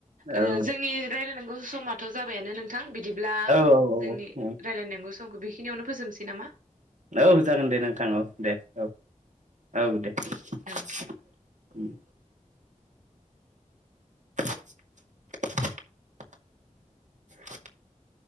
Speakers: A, on the right; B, on the right.
A: औ
B: ओ जोंनि रायलायनांगौ समाथ' जाबायानो नोंथां बिदिब्ला
A: औ
B: जोंनि
A: औ
B: रायलायनांगौ समखौ बेखिनियावनो फोजोबनोसै नामा?
A: औ जागोन दे नोंथां औ दे औ औ दे ओम
B: औ
A: <unintelligible> <unintelligible>